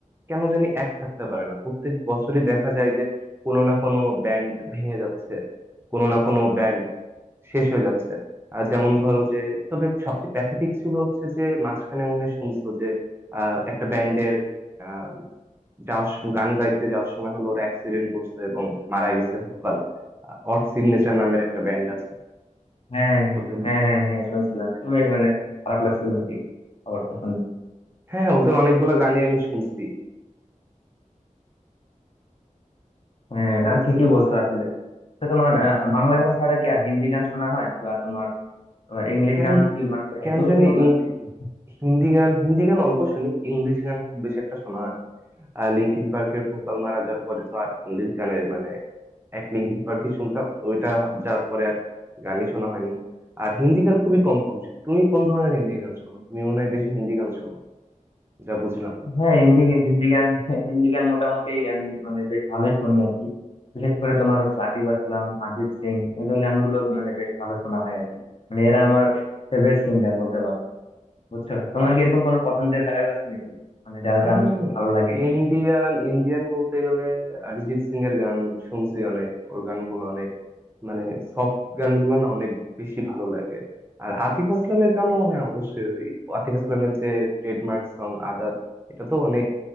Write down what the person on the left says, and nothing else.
হ্যাঁ
হ্যাঁ হ্যাঁ হ্যাঁ শুনছিলাম এটা বেশ মানে খারাপ লাগছিল আর কি খবরটা শুনে
হ্যাঁ না
ঠিকই
বলছো আসলে তো তোমার আহ, বাংলা গান ছাড়া কি আর হিন্দি গান শোনা হয় বা তোমার আবার ইংলিশ
গান কি মানে
একদমই
শোনো না
নাকি
হ্যাঁ হিন্দি গান- হিন্দি গান হিন্দি গান মোটামুটি আমি মানে বেশ ভালোই শুনি আর কি বিশেষ করে তোমার হচ্ছে আতিফ আসলাম অরিজিৎ সিং এদের গানগুলো মানে বেশ ভালো শোনা হয় আর কি মানে এরা আমার ফেভারিট সিঙ্গার বলতে পারো বুঝছো তোমার
কি এরকম কোনো পছন্দের গায়ক আছে নাকি মানে যার
গান ভালো লাগে